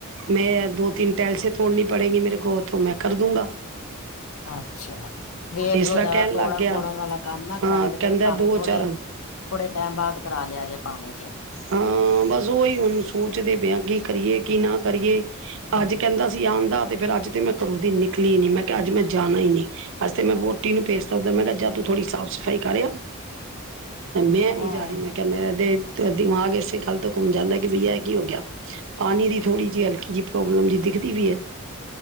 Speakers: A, on the right (about 60°); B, on the left (about 70°).
A: ਮੈ ਦੋ ਤਿੰਨ ਟੈਲਸੇ ਤੋੜਨੀ ਪੜੇਗੀ ਮੇਰੇ ਕੋ ਤੋ ਮੈ ਕਰ ਦੂੰਗਾ।
B: ਅੱਛਾ। ਵੇਖਲੋ
A: ਇਸ ਤਰ੍ਹਾਂ
B: ਜ਼ਿਆਦਾ
A: ਕਹਿਣ
B: ਤੋੜਨ-ਫੋੜਨ
A: ਲੱਗ ਗਿਆ
B: ਵਾਲਾ ਕੰਮ ਨਾ
A: ਹਾਂ
B: ਕਰਾਓ ਜੇ
A: ਕਹਿੰਦਾ
B: ਫ਼ੇਰ ਭਾਵੇਂ
A: ਦੋ
B: ਥੋੜੇ
A: ਚਾਰ
B: ਥੋੜੇ ਟੈਮ ਬਾਅਦ ਕਰਾ ਲਿਆ ਜੇ ਭਾਵੇ ਫ਼ੇਰ।
A: ਹਾਂ ਬਸ ਉਹੀ ਹੁਣ ਸੋਚਦੇ ਪਏ ਆਂ ਕੀ ਕਰੀਏ, ਕੀ ਨਾਂ ਕਰੀਏ,
B: ਹੂੰ
A: ਅੱਜ ਕਹਿੰਦਾ ਜੀ ਆਂਦਾ ਤੇ ਫੇਰ ਅੱਜ ਤੇ ਮੈਂ ਘਰੋਂ ਦੀ ਨਿਕਲੀ ਈ ਨੀਂ, ਮੈਂ ਕਿਹਾ ਅੱਜ ਮੈਂ ਜਾਣਾ ਈ ਨੀਂ। ਅੱਜ ਤੇ ਮੈਂ ਵੋਟੀ ਨੂੰ ਭੇਜਤਾ ਉੱਧਰ ਮੈਂ ਕਿਹਾ ਜਾ ਤੂੰ ਥੋੜ੍ਹੀ ਸਾਫ਼-ਸਫ਼ਾਈ ਕਰਿਆ। ਮੈਂ
B: ਹਾਂ।
A: ਨੀਂ ਜਾ ਰਹੀ ਮੈਂ ਕਿਹਾ ਮੇਰਾ ਤੇ, ਦਿਮਾਗ ਏਸੇ ਗੱਲ ਤੋਂ ਘੁੰਮ ਜਾਂਦਾ ਕਿ ਬਈ ਇਹ ਕੀ ਹੋ ਗਿਆ। ਪਾਣੀ ਦੀ ਥੋੜ੍ਹੀ ਜਿਹੀ, ਹਲਕੀ ਜਿਹੀ, ਪ੍ਰੋਬਲਮ ਜਿਹੀ ਦਿਖਦੀ ਪਈ ਐ।